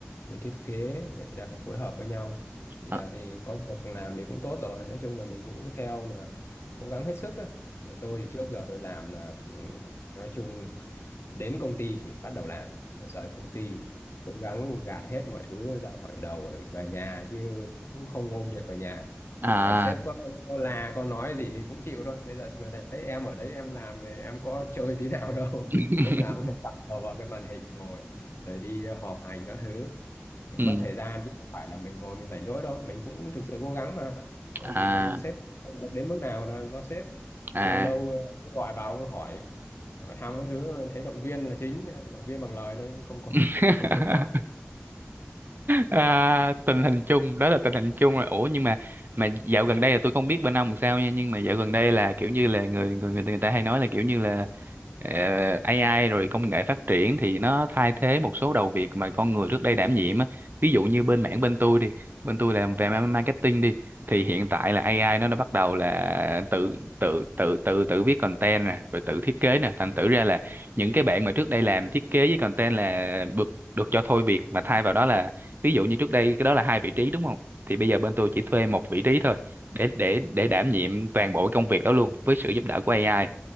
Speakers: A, on the left; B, on the right.
A: bên thiết kế người ta phải phối hợp với nhau thì
B: À.
A: giờ thì có việc làm thì cũng tốt rồi nói chung là mình cũng cứ theo mà cố gắng hết sức ấy. Và tôi thì trước giờ tôi làm là ừ, nói chung đến công ty thì bắt đầu làm và rời công ty thì cố gắng gạt hết mọi thứ ra khỏi đầu để về nhà chứ cũng không ôm việc về nhà
B: À.
A: còn sếp có, có là có nói gì thì cũng chịu thôi bây giờ mà đấy em ở đấy em làm thì em có chơi tí nào đâu
B: <laughs>
A: <laughs> lúc nào cũng thấy tập đầu vào cái màn hình ngồi rồi đi ờ, họp hành các thứ
B: Ừ.
A: mất thời gian chứ không phải là mình ngồi mình rảnh rỗi đâu mình cũng thực sự cố gắng mà còn
B: À.
A: ờ, sếp đến mức nào là do sếp
B: À.
A: lâu lâu ờ, gọi vào hỏi hỏi thăm các thứ thấy động viên là chính động viên bằng lời thôi cũng không có
B: <laughs>
A: <laughs> không thấy có
B: à, tình hình chung đó là tình hình chung là ủa nhưng mà mà dạo gần đây là tôi không biết bên ông làm sao nha nhưng mà dạo gần đây là kiểu như là người người người, người ta hay nói là kiểu như là ờ, AI rồi công nghệ phát triển thì nó thay thế một số đầu việc mà con người trước đây đảm nhiệm á ví dụ như bên mảng bên tôi đi bên tôi làm về ma- marketing đi thì hiện tại là AI nó đã bắt đầu là tự tự tự tự tự viết content nè rồi tự thiết kế nè thành thử ra là những cái bạn mà trước đây làm thiết kế với content là được được cho thôi việc mà thay vào đó là ví dụ như trước đây cái đó là hai vị trí đúng không thì bây giờ bên tôi chỉ thuê một vị trí thôi để để để đảm nhiệm toàn bộ công việc đó luôn với sự giúp đỡ của AI